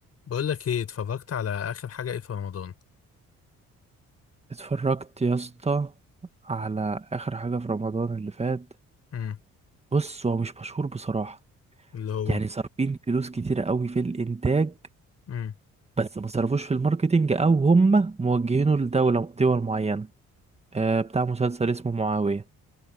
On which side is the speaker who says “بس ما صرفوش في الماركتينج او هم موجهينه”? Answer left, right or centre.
Right